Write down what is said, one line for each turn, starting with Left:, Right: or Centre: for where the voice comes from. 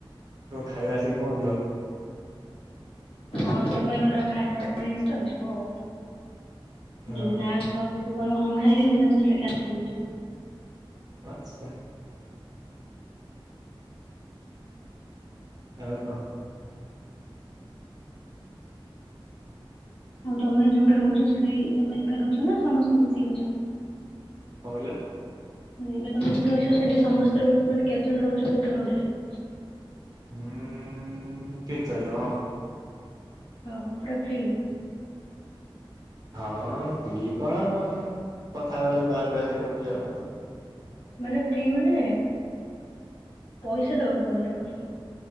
Right: ଓ ଖାଇବା ଆସିକି ପହଞ୍ଚିବ।
Left: ହଁ ତମ ପାଇଁ କଟ ଖାଇବାଡ <unintelligible> ଅିବୁ ଆଉ
Right: ହଁ
Left: ଯଦି
Right: ହଁ
Left: ନା କଣ ଯଦି ପରେ <unintelligible> ଖାଇ ଦେଇ କ୍ୟାନସଲ ହେଇଯିବ
Right: ଆଚ୍ଛା। ଆଉ କ
Left: ଆଉ ତମେ ଯୋଉଠି ରହୁଛ ସେଠି ତମେ ଏକା ରହୁଛ ନା ସମସ୍ତେ ମିଶିକି ଅଛ?
Right: କଣ କହିଲ?
Left: ଏବେ ତମେ ଅଛ ସେଠି ସମସ୍ତେ ରହୁ ମାନେ କେତେ ଜଣ ରହୁଛ ଗୋଟେ ରୁମରେ -?
Right: ହ ତିନି ଚାରି ଜଣ।
Left: ଆଉ ପୁରା ଫ୍ରି
Right: ହଁ କଣ କଥା ହବା ଗଲେ ବାହାରକୁ ଆସିବାକୁ ପଡଛି ଆଉ
Left: ମାନେ ଫ୍ରି ମାନେ ପଇସା ଦବାକୁ ପଡୁନି ତ?